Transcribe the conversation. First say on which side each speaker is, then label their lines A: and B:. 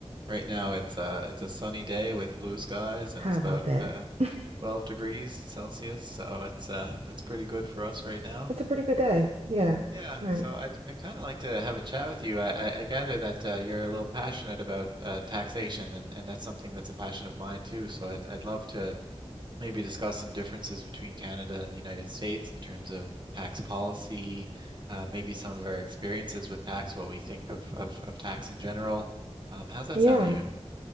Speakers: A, on the right; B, on the right.
A: right now it's uh it's a sunny day with blue skies
B: How
A: and it's
B: about
A: about
B: that?
A: uh,
B: <laughs>
A: 12 degrees Celsius, so it's uh that's pretty good for us right now.
B: It's a pretty good day. Yeah.
A: Yeah,
B: Right.
A: so I I kind of like to have a chat with you. I I, I gather that uh, you're a little passionate about uh, taxation, and and that's something that's a passion of mine too. So I'd I'd love to maybe discuss some differences between Canada and the United States in terms of tax policy, uh, maybe some of our experiences with tax, what we think of, of, of tax in general. Um, how's that
B: Yeah.
A: sound to you?